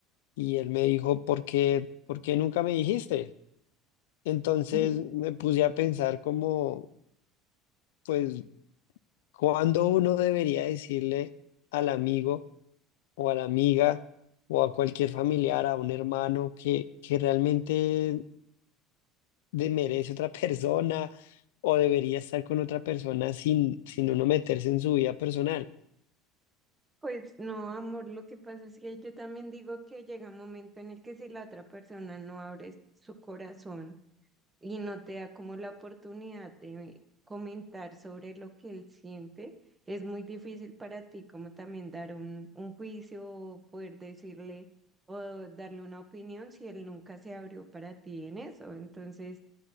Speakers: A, on the left; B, on the right.
A: y él me dijo, ¿por qué, por qué nunca me dijiste? Entonces
B: Ujú.
A: me puse a pensar como, pues, ¿cuándo uno debería decirle al amigo o a la amiga o a cualquier familiar, a un hermano que, que realmente de- merece otra <laughs> persona o debería estar con otra persona sin, sin uno meterse en su vida personal?
B: Pues no, amor, lo que pasa es que yo también digo que llega un momento en el que si la otra persona no abre su corazón y no te da como la oportunidad de comentar sobre lo que él siente, es muy difícil para ti como también dar un, un juicio o poder decirle o darle una opinión si él nunca se abrió para ti en eso. Entonces...